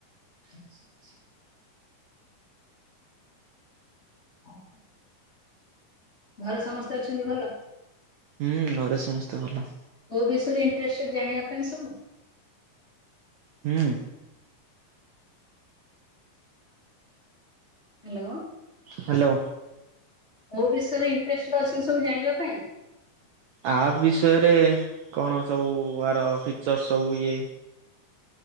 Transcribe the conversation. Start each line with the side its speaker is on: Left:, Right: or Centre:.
Left: ଆଚ୍ଛା, ଆଚ୍ଛା। ଓ ହଁ। ଘରେ ସମସ୍ତେ ଅଛନ୍ତି ଭଲ?
Right: ହୁଁ, ଘରେ ସମସ୍ତେ ଭଲ।
Left: କୋଉ ବିଷୟରେ ଇଣ୍ଟ୍ରେଷ୍ଟେଡ୍ ଜାଣିବା ପାଇଁ ସବୁ?
Right: ହୁଁ।
Left: ହ୍ୟାଲୋ।
Right: ହ୍ୟାଲୋ।
Left: କୋଉ ବିଷୟରେ ଇଣ୍ଟ୍ରେଷ୍ଟେଡ୍ ଅଛନ୍ତି ସବୁ ଜାଣିବା ପାଇଁ?
Right: ଆପ୍ ବିଷୟରେ କଣ ସବୁ ଆର ପିକ୍ଚର୍ ସବୁ ଇଏ